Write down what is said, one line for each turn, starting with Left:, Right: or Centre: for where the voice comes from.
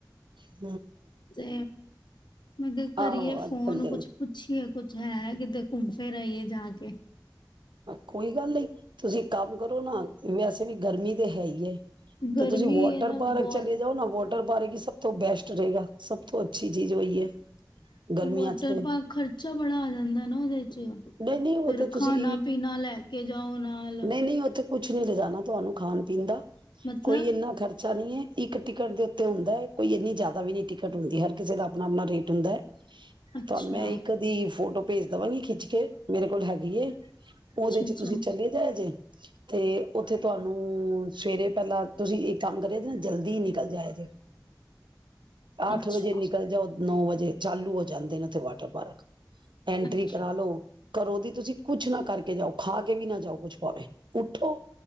Right: ਹ
Left: ਤੇ ਮੈਂ ਕਿ ਕਰੀਏ
Right: ਆਹੋ
Left: ਫੋਨ
Right: ਅੱਜ ਕੱਲ ਦੇ
Left: ਕੁਛ ਪੁੱਛੀਏ ਕੁਛ ਹੈ ਕਿਤੇ ਘੁੰਮ ਫਿਰ ਆਈਏ ਜਾ ਕੇ
Right: ਕੋਈ ਗੱਲ ਨਹੀਂ ਤੁਸੀਂ ਕੰਮ ਕਰੋ ਨਾ ਵੈਸੇ ਵੀ ਗਰਮੀ ਤੇ ਹੈ ਹੀ
Left: ਗਰਮੀ
Right: ਤੇ ਤੁਸੀਂ ਵੋਟਰ
Left: ਹੈ ਨਾ
Right: ਪਾਰਕ
Left: ਬਹੁਤ
Right: ਚਲੇ ਜਾਓ ਨਾ ਵਟਰ ਬਾਰੇ ਕਿ ਸਭ ਤੋਂ ਬੈਸਟ ਰਹੇਗਾ ਸਭ ਤੋਂ ਅੱਛੀ ਚੀਜ਼ ਉਹੀ ਹੈ ਗਰਮੀਆਂ
Left: ਵੋਟਰ
Right: ਚ ਤੇ
Left: ਪਾਰਕ ਖਰਚਾ ਬੜਾ ਆ ਜਾਂਦਾ ਨਾ ਉਹਦੇ ਚ ਫਿਰ
Right: ਨਹੀਂ ਨਹੀਂ ਉਹ ਤੇ
Left: ਖਾਣਾ
Right: ਤੁਸੀਂ
Left: ਪੀਣਾ ਲੈ ਕੇ ਜਾਓ ਨਾਲ
Right: ਨਹੀਂ ਨਹੀਂ ਉੱਥੇ ਕੁਛ ਨੀ ਲਿਜਾਨਣਾ ਤੁਹਾਨੂੰ ਖਾਣ ਪੀਣ ਦਾ
Left: ਮਤਲਬ
Right: ਕੋਈ ਇੰਨਾ ਖ਼ਰਚਾ ਨੀ ਹੈ ਇੱਕ ਟਿਕਟ ਦੇ ਉੱਤੇ ਹੁੰਦਾ ਹੈ ਕੋਈ ਇੰਨੀ ਜ਼ਿਆਦਾ ਵੀ ਨਹੀਂ ਟਿਕਟ ਹੁੰਦੀ ਹਰ ਕਿਸੇ ਦਾ ਆਪਣਾ ਆਪਣਾ ਰੇਟ ਹੁੰਦਾ ਹੈ
Left: ਅੱਛਾ
Right: ਤੁਹਾਨੂੰ ਮੈਂ ਇੱਕ ਕਦੀ ਫੋਟੋ ਭੇਜ ਦੇਵਾਂਗੀ ਖਿੱਚ ਫੇਰ ਮੇਰੇ ਕੋਲ ਹੈਗੀ ਉਹਦੇ
Left: ਅੱਛਾ
Right: ਚ
Left: ਅੱਛਾ
Right: ਤੁਸੀਂ ਚਲੇ ਜਾ ਜੇ ਤੇ ਉੱਥੇ ਤੁਹਾਨੂੰ ਸਵੇਰੇ ਪਹਿਲਾਂ ਤੁਸੀਂ ਇੱਕ ਕੰਮ ਕਰੇ ਜ ਨਾ ਜਲਦੀ ਨਿਕਲ ਜਾਏ ਜੇ ਅੱਠ
Left: ਅੱਛਾ
Right: ਵਜੇ ਨਿਕਲ ਜਾਓ ਨੌ ਵਜੇ ਚਾਲੂ ਹੋ ਜਾਂਦੇ ਨੇ ਉੱਥੇ ਵਾਟਰ ਪਾਰਕ ਐਂਟਰੀ
Left: ਅੱਛਾ
Right: ਕਰਾ ਲੋ ਘਰੋ ਦੀ ਤੁਸੀਂ ਕੁਛ ਨਾ ਕਰਕੇ ਜਾਓ ਖਾ ਕੇ ਵੀ ਨਾ ਜਾਓ ਕੁਛ ਭਾਵੇ ਉੱਠੋ